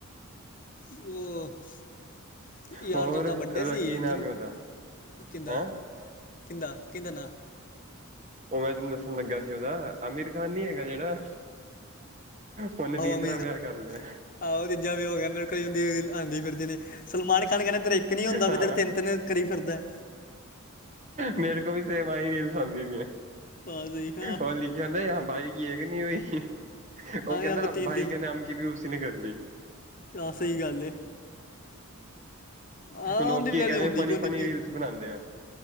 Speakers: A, on the left; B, on the right.
A: <inaudible> ਯਾਰ
B: ਹੋਰ
A: ਦੋਸਤ ਦਾ
B: ਉਹਦਾ
A: ਬੱਡੇ ਸੀ।
B: ਕੀ ਨਾਮ
A: ਤੈਨੂੰ
B: ਹੈ ਉਹਦਾ
A: ਕਹਿੰਦਾ-ਕਹਿੰਦਾ-
B: ਹੈਂ
A: ਕਿਹਿੰਦਾ ਨਾਂ।
B: ਉਹ ਮੈਂ ਤੈਨੂੰ ਦੱਸਣ ਲੱਗਾ ਸੀ, ਉਹਦਾ ਅਮੀਰ ਖਾਨ ਨੀ ਹੈਗਾ ਜਿਹੜਾ। ਉਹਨੇ
A: ਆਹੋ
B: ਤੀਸਰਾ
A: ਅਮੀਰ
B: ਵਿਆਹ
A: ਖਾਨ,
B: ਕਰ ਲਿਆ
A: ਆਹੋ ਤੀਜਾ ਵੀ ਹੋ ਗਿਆ। ਮੇਰੇ ਕੋਲ ਰੀਲ ਆਂਦੀ ਫਿਰਦੀ ਨੇ ਸਲਮਾਨ ਖਾਣ ਕਹਿੰਦਾ ਇੱ ਕੀ ਨੀ ਹੁੰਦਾ
B: ਹਾਂ।
A: ਪਿਆ ਤੇਰੇ ਤਿੰਨ-ਤਿੰਨ ਕਰੀ ਫਿਰਦਾ।
B: ਮੇਰੇ ਕੋਲ ਵੀ ਸੇਮ ਆਈ ਰੀਲਸ ਆਂਦੀ ਪਿਆ।
A: ਹਾਂ ਸਹੀ ਹਾਂ
B: ਓਲੀ ਕਹਿੰਦਾ ਯਹਾਂ ਭਾਈ ਕੀ ਏਕ ਨੀ ਹੁਈ। ਉਹ ਕਹਿੰਦਾ
A: ਹਾਂ ਤਿੰਨ
B: ਭਾਈ
A: ਤਿੰਨ
B: ਕੇਹ ਨਾਮ ਕੀ ਵੀ ਉਸ ਨੇ ਕਰ ਲੀ।
A: ਤਾਂ ਸਹੀ ਗੱਲ ਏ। ਆਹ
B: ਲੋਕੀ
A: ਉਹਦੀ ਵਿਚਾਰੀ
B: ਕੇਨ
A: ਹੁੰਦੀ
B: ਗੇ ਫਨੀ-ਫਨੀ
A: ਕੋਈ ਨੀ ਪੀ
B: ਰੀਲਸ ਬਣਾਦੇ ਆ।